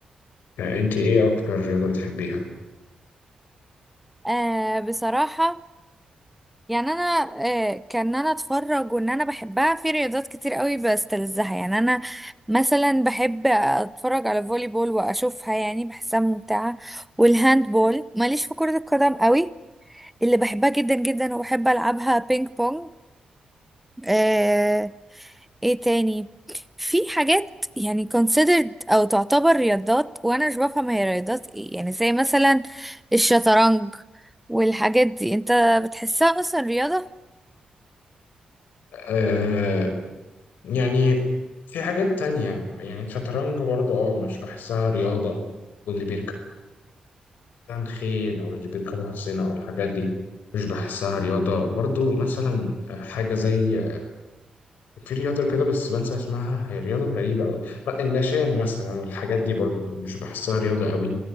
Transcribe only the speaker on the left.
آه، أنت إيه أكتر رياضة بتحبيها؟
آه يعني في حاجات تانية يعني الشطرنج برضه أه مش بحسها رياضة واللي بيركب عن خيل أو اللي بيركبوا حصينة أو الحاجات دي مش بحسها رياضة برضه مثلا آه، حاجة زي في رياضة كده بس بنسى اسمها هي رياضة غريبة أوي لا، النشان مثلا والحاجات دي برضو مش بحسها رياضة أوي